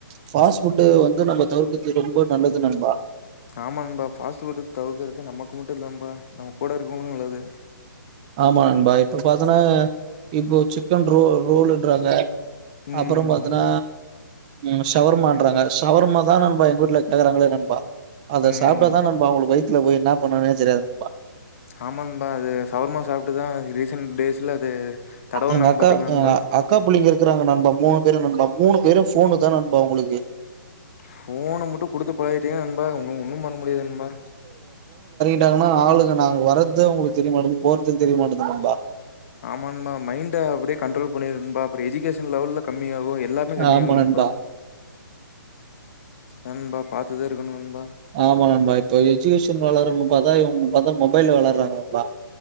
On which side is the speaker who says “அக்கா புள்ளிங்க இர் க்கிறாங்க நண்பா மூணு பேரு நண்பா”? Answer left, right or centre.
Right